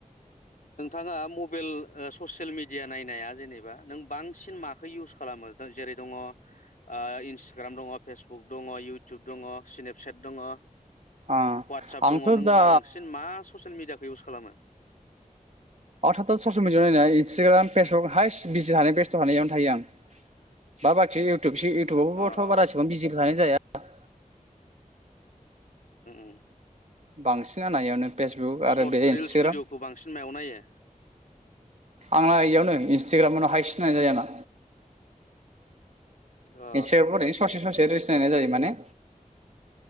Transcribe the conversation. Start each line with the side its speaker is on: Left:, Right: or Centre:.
Left: नोंथाङा मबेइल ओ ससियेल मिडिया नायनाया जेनेबा नों बांसिन माखो इउस खालामो जेरै दङ ओ इन्सटाग्राम दङ फेसबुक दङ इउटुब दङ स्नेपसेट दङ
Right: औ
Left: वाटसाप
Right: आंथ'
Left: दङ नों
Right: दा
Left: बांसिन मा ससियेल मिडिया इउस खालामो?
Right: <unintelligible> ससेल मिदियायाव नायनाय इन्स्टाग्राम, फेसबुक हाइस बिजि हानाय बेस्थ थानाय इयावनो थायो आं बा बाखि इउ टुब इउटुबावबोथ
Left: अ अ ओं
Right: बारा इसिबां बिजि थानाय जाया <inaudible>
Left: ओं
Right: बांसिना नायो फेसबुक आरो
Left: सर्ट
Right: बे इन्सटाग्राम।
Left: रिल्स भिडिअ'खौ बांसिन मायाव नायो
Right: आंना इयावनो इन्स्टाग्रामावनो हाइस नायनाय जायो आंना।
Left: अ
Right: इन्स्टाग्रामाव ओरैनो ससे ससे रिल्स नायनाय जायो माने